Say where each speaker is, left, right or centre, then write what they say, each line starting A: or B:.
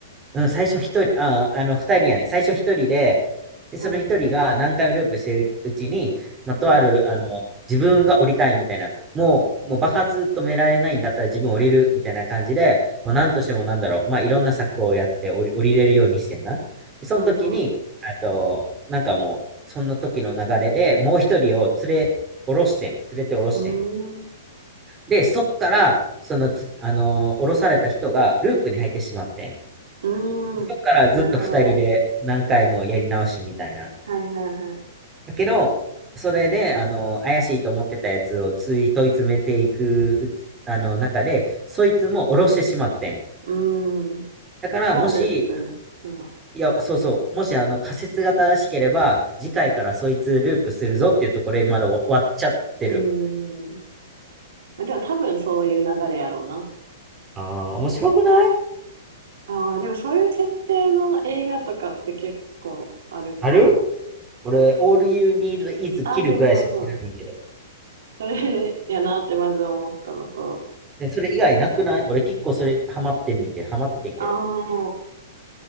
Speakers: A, on the right; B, on the right.
A: うん、最初一人、あ、あの、二人やね。最初一人で、で、
B: うん、
A: その一人が何回もループしてるうちに、まあ、とある、
B: うん、
A: あの、自分が降りたいみたいな、もう、もう爆発止められないんだったら自分降りるみたいな感じで、もう何としてもなんだろう、まあ、いろんな策をやって降り、降りれるようにしてんな。でその時に、
B: うん、うん。
A: あと、なんかもう、その時の流れでもう一人を連れ、降ろしてん。連れて降ろしてん。
B: うーん、
A: で、そっから、そのつ、あのー降ろされた人がループに入ってしまってん。
B: う
A: でそっからずっと二人で何回もやり直しみたいな。
B: ーん。なるほどね。はい、はい、はい。
A: だけど、それで、あの、怪しいと思ってたやつをつい問い詰めていくうち、あの、中で、そいつも下ろしてしまってん。
B: うーん。
A: だから、
B: だからループ。
A: もし、
B: うん。
A: いや、そうそう、もし、あの、仮説が正しければ、次回からそいつループするぞっていうところで、まだ終わっちゃってる。
B: うーん。まあ、でも多分そういう流れやろうな。
A: ああ、面白くない
B: ああ、でもそういう設定の映画とかって結構あるかも。
A: ある俺、all you need is kill
B: あ、そうそうそう。
A: ぐらいしか知らないけど。
B: それやなってまず思ったのと、
A: でそれ以外なくない俺結構それハマってんねんけど、ハマっててんけど。
B: ああ、